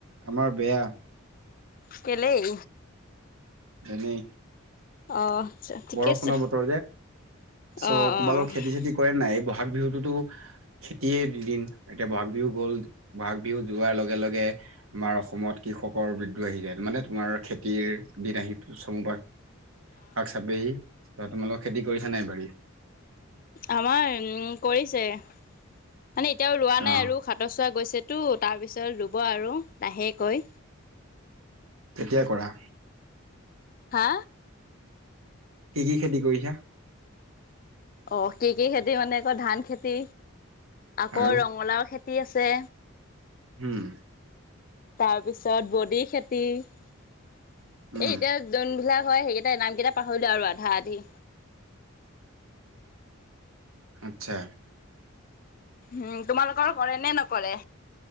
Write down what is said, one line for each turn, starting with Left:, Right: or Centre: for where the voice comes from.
Right: আমাৰ বেয়া।
Left: কেলেই?
Right: এনেই।
Left: অ'! আচ্ছা। ঠিকে
Right: বৰষুণৰ
Left: আছে
Right: বতৰ যে। চ'
Left: অ অ
Right: তোমালোক খেতি-চেতি কৰে নাই? ব'হাগ বিহুটোতো খেতিয়ে দুদিন, এতিয়া বহাগ বিহু গ'ল। বহাগ বিহু যোৱাৰ লগে, লগে আমাৰ অসমত কৃষকৰ বিদ্ৰোহ আহি যায়। মানে, তোমাৰ খেতিৰ দিন আহি, চমু পাই। <unintelligible> অ'! তোমালোক খেতি কৰিছে নাই বাৰী?
Left: আমাৰ উম, কৰিছে। মানে, এতিয়াও ৰোৱা
Right: অ
Left: নাই আৰু। হাতৰ চোৱা গৈছেতো, তাৰপিছত ৰোব আৰু লাহেকৈ।
Right: তেতিয়াই কৰা।
Left: হা!
Right: কি কি খেতি কৰিছা?
Left: অ'! কি কি খেতি মানে, আকৌ ধান খেতি, আকৌ
Right: আৰু
Left: ৰঙালাও খেতি আছে।
Right: উম!
Left: তাৰপিছত, বডি খেতি। এই
Right: উম
Left: এতিয়া, যোনবিলাক হয়, সেইকেইটা নাম কেইটা পাহৰিলোঁ আৰু আধা-আধি।
Right: আচ্ছা!
Left: হোঁ! তোমালোকৰ কৰে নে নকৰে?